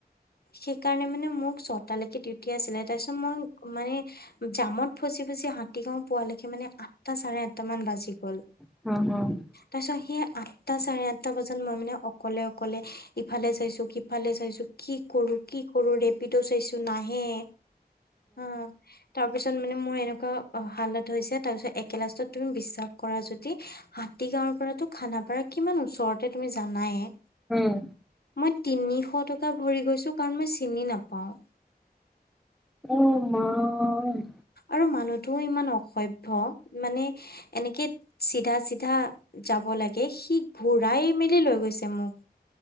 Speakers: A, on the left; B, in the centre.
A: সেইকাৰণে মানে মোক ছটালৈকে ডিউটি আছিলে। তাৰপিছত মই মানে জামত ফচি ফচি হাতীগাঁও পোৱালৈকে মানে আঠটা চাৰে আঠটা মান বাজি গ'ল।
B: অ', অ'।
A: তাৰ পিছত সেই আঠটা চাৰে আঠটা বজাত মই মানে অকলে অকলে ইফালে চাইছো ইফালে চাইছো কি কৰো কি কৰো ৰেপিডো চাইছো নাহে। উম। তাৰপিছত মানে মোৰ এনেকুৱা হালত হৈছে, তাৰ পিছত একে লাষ্টত তুমি বিশ্বাস কৰা যদি হাতী গাঁৱৰ পৰাতো খানাপাৰা কিমান ওচৰতে তুমি জানায়ে।
B: উম।
A: মই তিনিশ টকা ভৰি গৈছো কাৰণ মই চিনি নাপাও।
B: অ' মা। উম।
A: আৰু মানুহটোও ইমান অসভ্য মানে এনেকে চিধা চিধা যাব লাগে সি ঘুৰাই মেলি লৈ গৈছে মোক।